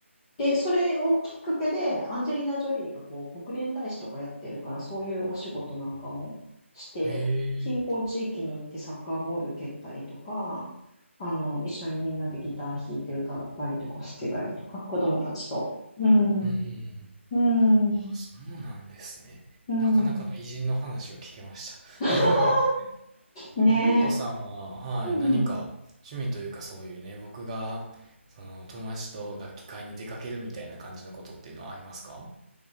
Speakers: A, on the left; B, on the right.
A: で、それをきっかけで、アンジェリーナ・ジョリーがこう国連大使とかやってるから、そういうお仕事なんかもして、
B: ええ
A: 貧困地域に行ってサッカーボール蹴ったりとか、あの、一緒にみんなでギター弾いて歌ったりとかしてたりとか、子供たちと。うん、
B: うん。
A: うん、
B: あそうなんですね。
A: うん。
B: なかなかの偉人の話を聞けました。
A: <laughs>
B: <laughs>
A: ね
B: 文子さんは、はい、
A: え。うんうん
B: 何か趣味というかそういうね、僕が、その友達と楽器買いに出かけるみたいな感じのことっていうのはありますか